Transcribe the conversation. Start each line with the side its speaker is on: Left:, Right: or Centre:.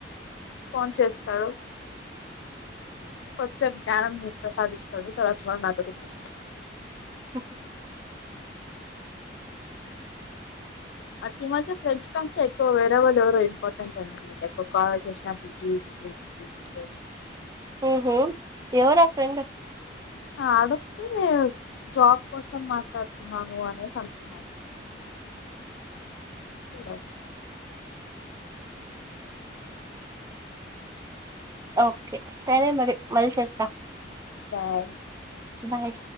Left: ఫోన్ చేస్తడు కొచ్చేసేపు జ్ఞానం ప్రసాదిస్తాడు తర్వాత వాళ్ళ నాతో తె
Right: ఓకే
Left: అట్ ఇ మాకే ఫ్రెండ్స్ కంటే ఎక్కువ వేరే వాళ్ళు ఎవరు ఇంపార్టెంట్ అన్నట్ అండి ఎవరు కాల్ చేసిన బి జస్
Right: ఉహుమ్ ఎవరా ఫ్రెండ్
Left: అడుగితే నే జాబ్ కోసం మాట్లాడుతున్నాను అనేసి అంటున్నాడు చూడాలి
Right: ఓకే సరే మరి మళ్ళీ చేస్తా
Left: బాయ్
Right: బాయ్